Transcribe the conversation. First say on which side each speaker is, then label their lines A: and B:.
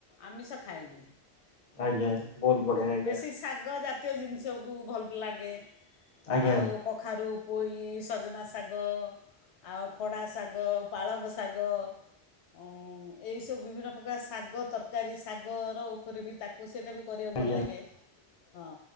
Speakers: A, on the left (about 80°); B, on the left (about 45°).
A: ଆମିଷ ଖାଏନି <inaudible>
B: ଆଜ୍ଞା ବହୁତ ବଢିଆ ଆଜ୍ଞା
A: ବେଶୀ ଶାଗ ଜା ତୀୟ ଜିନିଷକୁ ଭଲଲାଗେ।
B: ଆଜ୍ଞା
A: ଆଉ କଖାରୁ ପୋଇ, ସଜନା ଶାଗ, ଆଉ ଖଡ଼ା ଶାଗ, ପାଳଙ୍ଗ ଶାଗ, ଅଁ ଏଇସବୁ ବିଭିନ୍ନ ପ୍ରକାର ଶାଗ ତର କାରୀ ଶାଗର ଉପରେ ବି ତାକୁ ସେଟା ବି କରିବା ଭଲ
B: ଆଜ୍ଞା।
A: ଲାଗେ। ହଁ